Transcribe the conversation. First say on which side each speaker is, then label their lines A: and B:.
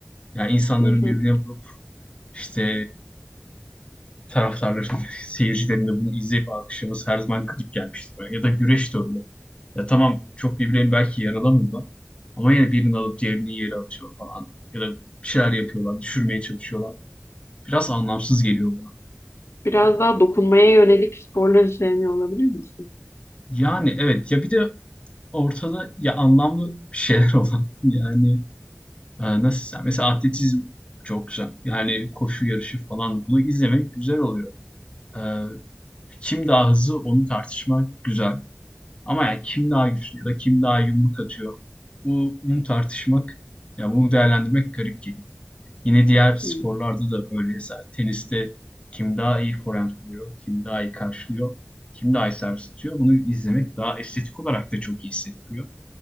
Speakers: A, on the left (about 25°); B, on the left (about 85°).
A: Yani insanların
B: Hı hı.
A: birbirine vurup işte taraftarların, <laughs> seyircilerin de bunu izleyip alkışlaması her zaman garip gelmişti bana. Ya da güreş de öyle. Ya tamam çok birbirlerini belki yaralamıyorlar. Ama yine birini alıp diğerini yere atıyor falan. Ya da bir şeyler yapıyorlar, düşürmeye çalışıyorlar. Biraz anlamsız geliyor bana.
B: Biraz
A: Ee,
B: daha dokunmaya yönelik sporları sevmiyor olabilir misin?
A: Yani evet ya bir de ortada ya anlamlı bir şeyler <laughs> olan yani e, nasıl desem mesela atletizm çok güzel. Yani koşu yarışı falan bunu izlemek güzel oluyor. Eee, kim daha hızlı onu tartışmak güzel. Ama yani kim daha güçlü ya da kim daha yumruk atıyor bu bunu tartışmak ya bunu değerlendirmek garip geliyor. Yine diğer sporlarda
B: Hı.
A: da öyle. Mesela teniste kim daha iyi forehand vuruyor, kim daha iyi karşılıyor, kim daha iyi servis atıyor. Bunu izlemek daha estetik olarak da çok iyi hissettiriyor.